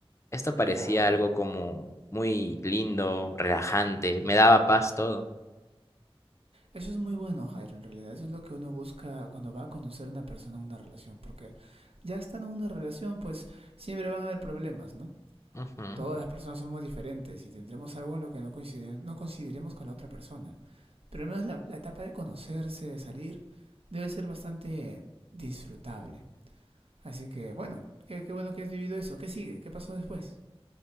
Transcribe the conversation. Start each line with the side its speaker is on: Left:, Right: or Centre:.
Left: esto parecía
Right: Claro.
Left: algo como muy lindo, relajante, me daba paz todo.
Right: Eso es muy bueno, Jairo, en realidad. Eso es lo que uno busca cuando va a conocer a una persona en una relación, porque ya estando en una relación, pues siempre van a haber problemas, ¿no?
Left: Ujú.
Right: Todas las personas somos diferentes y tendremos algo en lo que no, coincide, no coincidiremos con la otra persona. Pero al menos la, la etapa de conocerse, de salir, debe ser bastante disfrutable. Así que, bueno, qué, qué bueno que has vivido eso. ¿Qué sigue? ¿Qué pasó después?